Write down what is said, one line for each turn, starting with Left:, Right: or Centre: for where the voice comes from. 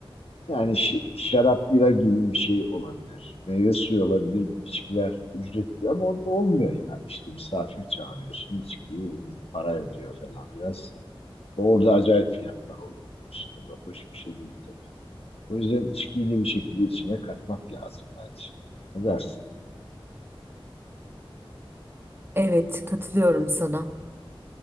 Left: Yani şi- şarap bira gibi bir şey olabilir. Meyve suyu olabilir. İçkiler ücretli ama o da olmuyor yani. İşte misafir çağırıyorsun, içkiyi gidip para ödüyor falan biraz. Orada acayip fiyatlar oluyor biliyorsun. O da hoş bir şey değil tabii. O yüzden içkiyi de bir şekilde içine katmak lazım bence. Ne dersin?
Right: evet katılıyorum sana.